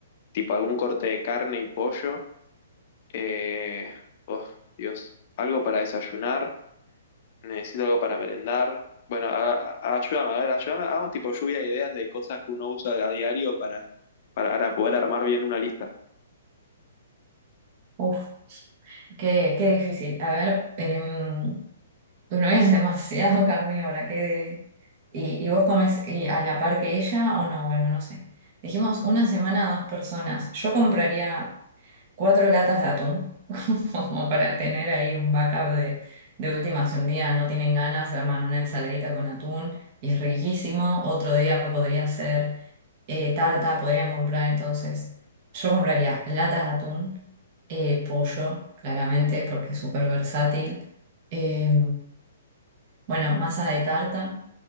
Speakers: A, on the left (about 40°); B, on the right (about 30°).
A: tipo algún corte de carne y pollo. Eh, oh, Dios, algo para desayunar, necesito algo para merendar. Bueno, a- a- ayúdame, a ver, ayúdame, hagamos tipo lluvia de ideas de cosas que uno usa a diario para, para, para poder armar bien una lista.
B: Uf, qué, qué difícil. A ver, em, tu novia es <laughs> demasiado carnívora, qué ¿Y, y vos comés eh, a la par que ella o no? Bueno, no sé. Dijimos una semana a dos personas. Yo compraría cuatro latas de atún, <laughs> como para tener ahí un backup de, de última, si un día no tienen ganas, se arman una ensaladita con atún y es riquísimo, otro día podría ser eh, tarta, podrían comprar entonces, yo compraría latas de atún, eh, pollo, claramente, porque es súper versátil, eh, bueno, masa de tarta.